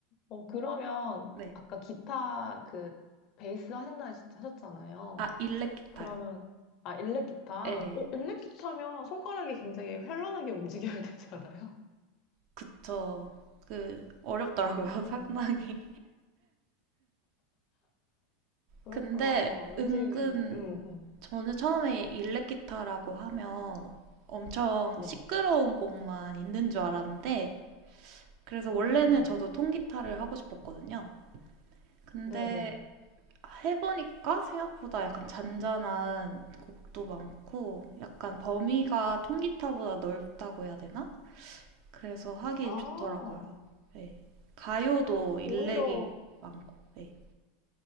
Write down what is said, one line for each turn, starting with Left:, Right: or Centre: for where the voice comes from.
Left: 어, 그러면
Right: 네.
Left: 아까 기타 그 베이스 하신다 하셨잖아요.
Right: 아, 일렉 기타요.
Left: 그러면 아, 일렉 기타.
Right: 네.
Left: 어, 일렉 기타면 손가락이 굉장히 현란하게 <laughs> 움직여야 되잖아요.
Right: 그쵸. 그, 어렵더라고요,
Left: 음,
Right: <laughs> 상당히.
Left: 그렇구나.
Right: 근데
Left: 왠지
Right: 은근
Left: 음, 음.
Right: 저는 처음에 일렉 기타라고 하면 엄청
Left: 네.
Right: 시끄러운 곡만 있는 줄 알았는데 그래서
Left: 음.
Right: 원래는 저도 통기타를 하고 싶었거든요. 근데
Left: 네, 네.
Right: 해보니까 생각보다 약간 잔잔한 곡도 많고 약간 범위가 통기타보다 넓다고 해야 되나? 그래서 하기
Left: 아,
Right: 좋더라고요. 네. 가요도 일렉이
Left: 오히려
Right: 많고. 네.